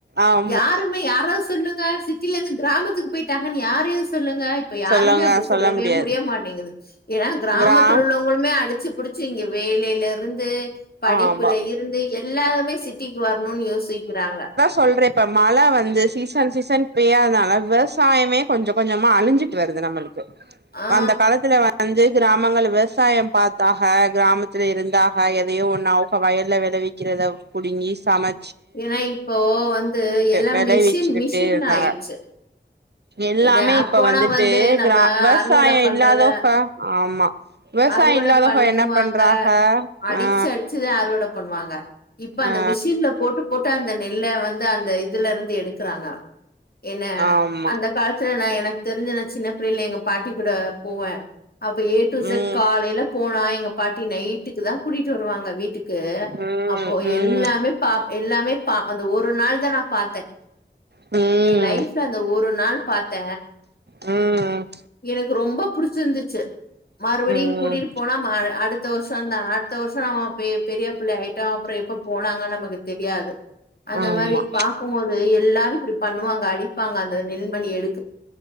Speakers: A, on the right (about 60°); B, on the left (about 55°).
A: ஆமா
B: யாருமே யாராது சொல்லு இந்த சிட்டில இருந்து கிராமத்துக்கு போய்ட்டாங்கன் யாரையு சொல்லுங்க இப்ப யாருமே
A: சொல்லுங்க
B: அப்டி
A: சொல்ல
B: சொல்லவே
A: முடியாது
B: முடிய மாட்டேங்குது ஏனா கிராமத்துல
A: கிராம்
B: உள்ளவங்குளுமே அடிச்சு புடு ச்சிங்க வேலையில இருந்து படிப்புல
A: ஆமா
B: இருந்து எல்லாருமே சிட்டிக்கு வரணுன் யோசிக்றாங்க
A: சொல்றே இப்ப மழ வந்து சீசன் சீசன் பெய்யாதனால விவசாயமே கொஞ்ச கொஞ்சமா அழி்ஞ்சிட்டு வருது நம்மளுக்
B: ஆ
A: அந்த காலத்துல வந்து கிராமங்களு விவசாயம் பாத்தாக கிராமத்துல இருந்தாக எ தையோ ஒன்னு அவ்க வயல்ல விளைவிக்கிறத புடுங்கி சம
B: ஏன்னா இப்போ வந்து எல்லா
A: விளைவிச்சுக்கிட்டு
B: மிஷின் மிஷின்
A: இருந்தாங்க
B: ஆய்ச்சு
A: எல்லாமே
B: என்ன அப்போனா
A: இப்ப வந்துட்டு
B: வந்து நம்ம
A: கிரா விவசாயம்
B: அறுவட பண்றத
A: இல்லாதவக ஆமா விவசாயம்
B: அறுவட
A: இல்லாதவக
B: பண்ணுவாங்க
A: என்ன பண்றாக
B: அடிச்சு
A: ஆ
B: அடிச்சதா அறுவட பண்ணுவாங்க இப்ப அந்த
A: ஆ
B: மிஷின்ல போட்டு போட்டு அந்த நெல்ல வந்து அந்த இதுல இருந்து எடுக்கறாங்க என்ன
A: ஆமா
B: கால்த்து நா எனக் தெரிஞ்ச நா சின்ன பிள்ளைல எங்க பாட்டி கூட போவே அப்ப ஏ டு ஜட்
A: ம்
B: காலையில போனா எங்க பாட்டி நைட்டுக்கு தா கூட்டிட்டு வருவாங்க வீட்டுக்கு
A: ம்
B: அப்போ
A: ம்
B: எல்லாமே பா எல்லாமே ப அந்த ஒரு நாள் தா நா பாத்தே
A: ம்
B: எ லைப்ல அந்த ஒரு பாத்த
A: ம்
B: எனக்கு ரொம்ப புடிச்சிருந்துச்சு மறுவடியு
A: ம்
B: கூட்டிகிட் போனா மா அடுத் த வர்ஷ த அட்த்த வர்ஷ நம்ம பெரியபுல்ல ஆய்ட்டு அப்புற எப்ப போனாங்கன்னு நமக்கு தெரியாது அந்த
A: ஆமா
B: மாரி பாக்கும்போது எல்லா இப்படி பண்ணுவாங்க அடிப்பாங்க அந்த நெல்மணி எடு